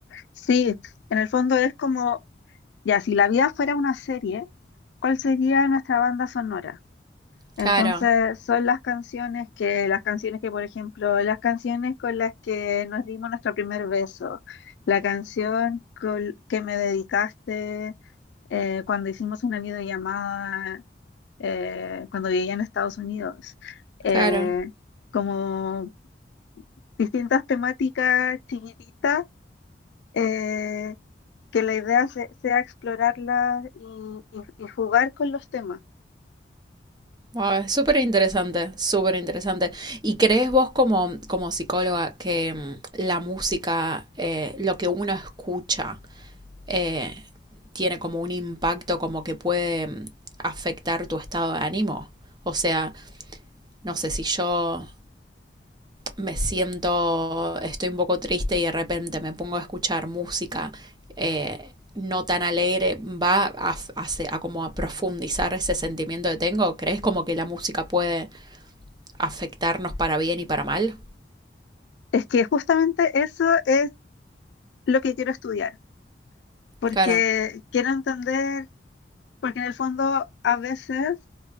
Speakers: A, on the left; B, on the right.
A: Sí, en el fondo es como, ya, si la vida fuera una serie, ¿cuál sería nuestra banda sonora? Entonces
B: Claro,
A: son las canciones que, las canciones que, por ejemplo, las canciones con las que nos dimos nuestro primer beso, la canción col- que me dedicaste eh, cuando hicimos una videollamada, eh, cuando vivía en Estados Unidos, eh,
B: claro.
A: como distintas temáticas chiquititas, eh, que la idea se- sea explorarlas y y- y jugar con los temas.
B: Wow, es súper interesante, súper interesante. ¿Y crees vos como, como psicóloga que mm, la música, eh, lo que uno escucha, eh, tiene como un impacto, como que puede mm, afectar tu estado de ánimo? O sea, no sé si yo me siento, estoy un poco triste y de repente me pongo a escuchar música eh, no tan alegre, va a, f- a se- a como a profundizar ese sentimiento que tengo. ¿Crees como que la música puede afectarnos para bien y para mal.
A: Es que justamente eso es lo que quiero estudiar porque
B: Cara.
A: quiero entender, porque en el fondo a veces